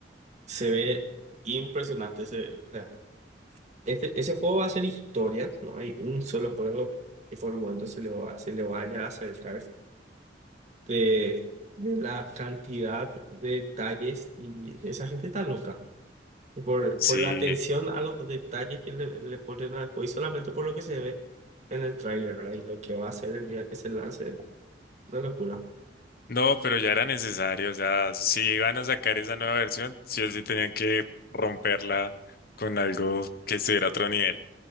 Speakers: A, on the right; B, on the left.
A: se ve impresionante. se- o sea, este, ese juego va a ser historia, no hay un solo juego que por el momento se le va, se le vaya a acercar. de, de la cantidad de detalles y esa gente está loca. Por,
B: Sí.
A: por la atención a los detalles que le, le ponen al juego y solamente por lo que se ve en el tráiler, ¿verdad? Y lo que va a hacer el día que se lance, una locura.
B: No, pero ya era necesario, o sea, si iban a sacar esa nueva versión, sí o sí tenían que romperla con algo que estuviera a otro nivel.